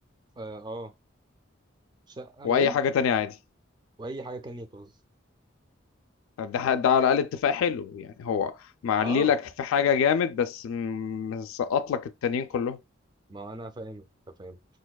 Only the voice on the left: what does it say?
واي
حاجة تانية عادي
طب ده ده على الاقل اتفاق حلو يعني هو معلي
لك في حاجه جامد بس م- مسقط لك التانيين كلهم